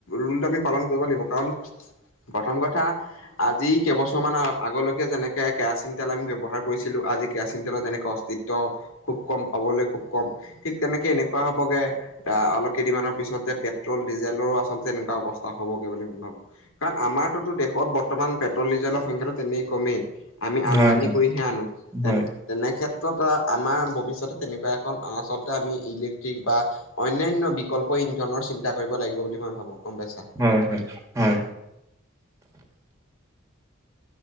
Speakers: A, on the left; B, on the right.
A: ৰুলটো আমি পালন কৰিব লাগিব। কাৰণ প্ৰথম কথা আজি কেইবছৰমান আগলৈকে যেনেকে কেৰাচিন তেল আমি ব্যৱহাৰ কৰিছিলো আজি কেৰাচিন তেলৰ যেনেকে খুব কম পাবলৈ খুব কম ঠিক তেনেকে এনেকুৱা হবগে অলপ কেইদিনমানৰ পিছত যে পেট্ৰল ডিজেলৰো আচলতে এনেকুৱা অৱস্থা হবগৈ বুলি মই ভাবো। কাৰণ আমাৰতোতো দেশত বৰ্তমান পেট্ৰল ডিজেলৰ সংখ্যাটো তেনে কমেই। আমি আমদানি
B: হয়
A: কৰিহে আনো তেনে
B: হয়
A: তেনে ক্ষেত্ৰত আমাৰ ভৱিষ্যতে তেনেকুৱা এখন আচলতে আমি ইলেক্ট্ৰিক বা অনান্য বিকল্প ইন্ধনৰ চিন্তা কৰিব লাগিব বুলি মই ভাবো। গম পাইছা?
B: হয় হয় হয়।